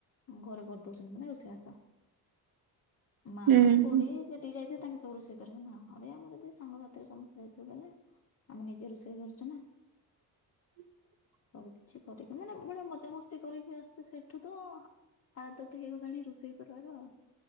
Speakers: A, on the left; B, on the right.
A: ଘରେ କରିଦଉଛନ୍ତି ମାନେ ରୋଷେଇବାସ। ମା,
B: ହୁଁ
A: ଖୁଡି
B: ହୁଁ।
A: ଯେ ତିକି ଯାଇଥିବେ ତାଙ୍କେ ସବୁ ରୁଷେଇ କରିବେ ନା ଆରେ ଆମର ଯଦି ସାଙ୍ଗସାଥିରେ ସମସ୍ତେ ଯାଇଥିବୁ କହିଲେ ଆମେ ନିଜେ ରୋଷେଇ କରୁଛୁ ନା।
B: <inaudible>
A: ସବୁ କିଛି କରିକି ମାନେ ଗୋଟେ ମଜାମସ୍ତି କରିକି ଆସଛୁ ସେଇଠୁ ତ ଆଦତ ହେଇଗଲାଣି ରୋଷେଇ କରିବାର ଆଉ।